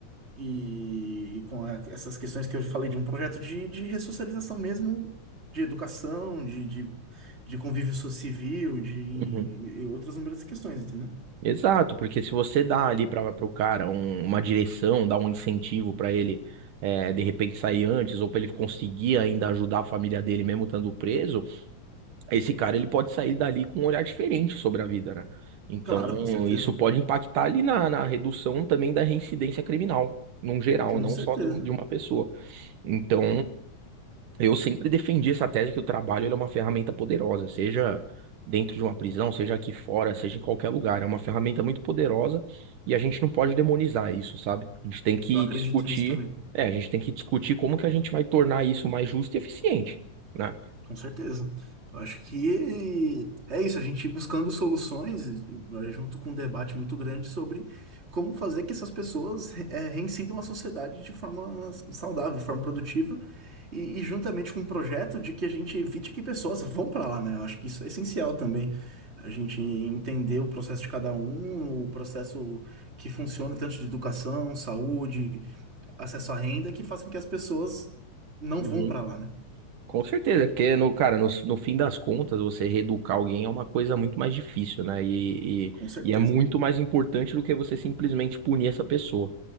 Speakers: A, on the right; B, on the right.
A: e, e com a- essas questões que eu falei de um projeto de, de ressocialização mesmo, de educação, de, de, de convívio so- civil, de
B: Uhum.
A: e outras inúmeras questões, entendeu?
B: Exato, porque se você dá ali para o cara um- uma direção, dá um incentivo para ele é, de repente sair antes, ou para ele conseguir ainda ajudar a família dele mesmo estando preso, esse cara ele pode sair dali com um olhar diferente sobre a vida, né? Então,
A: Claro, com certeza.
B: isso pode impactar ali na, na redução também da reincidência criminal, num geral,
A: Com
B: não
A: certeza.
B: só de um- de uma pessoa. Então, Eu sempre defendi essa tese que o trabalho ele é uma ferramenta poderosa, seja dentro de uma prisão, seja aqui fora, seja em qualquer lugar. É uma ferramenta muito poderosa e a gente não pode demonizar isso, sabe? A gente tem que
A: Eu acredito
B: discutir,
A: nisso também.
B: é, a gente tem que discutir como que a gente vai tornar isso mais justo e eficiente, né?
A: Com certeza. Eu acho que é isso, a gente ir buscando soluções eh, junto com um debate muito grande sobre como fazer que essas pessoas eh, reincidam a sociedade de forma saudável, de forma produtiva, e, e juntamente com um projeto de que a gente evite que pessoas vão para lá, né? Eu acho que isso é essencial também. A gente entender o processo de cada um, o processo que funciona, tanto de educação, saúde, acesso à renda, que faça com que as pessoas não
B: Uhum.
A: vão para lá, né?
B: Com certeza, porque no, cara, no, no fim das contas, você reeducar alguém é uma coisa muito mais difícil, né? E, e,
A: Com certeza.
B: e é muito mais importante do que você simplesmente punir essa pessoa,